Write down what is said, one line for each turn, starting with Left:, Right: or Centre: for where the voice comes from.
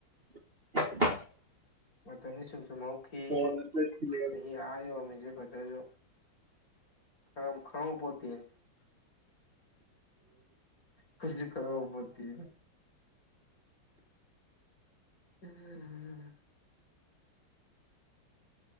Right: <inaudible>
Left: ꯃꯇꯝꯗꯤ ꯁꯨꯝ ꯁꯨꯝ ꯍꯧꯈꯤ
Right: ꯐꯣꯟ ꯑꯗꯩ ꯒꯦꯝ
Left: ꯆꯍꯤ ꯑꯥ ꯌꯧꯔꯝꯃꯤꯖꯦ ꯐ ꯗꯖꯨ ꯑꯗꯨꯝ ꯈꯪꯍꯧ ꯄꯣꯠꯇꯦꯍꯦ ꯀꯁꯨ ꯈꯪꯍꯧ ꯄꯣꯠꯇꯦ꯫ ꯑꯥ ꯍ ꯍ